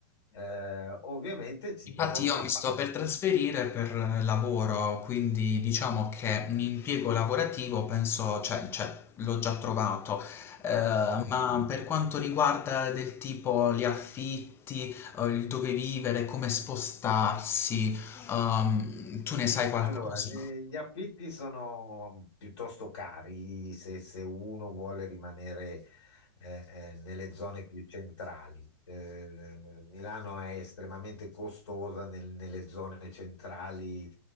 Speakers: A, on the left; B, on the left.
A: Eh, ovviamente ci-
B: Infatti
A: il contrappasso,
B: io mi sto per trasferire per eh, lavoro, quindi diciamo che un impiego lavorativo penso, cioè, cioè, l'ho già trovato, Eh,
A: ottimo.
B: ma per quanto riguarda del tipo gli affitti, eh, il dove vivere, come spostarsi, ehm, tu ne sai qualcosa?
A: Allora, eh, gli affitti sono piuttosto cari se, se uno vuole rimanere eh, eh, nelle zone più centrali. Eh, Milano è estremamente costosa nel- nelle zone centrali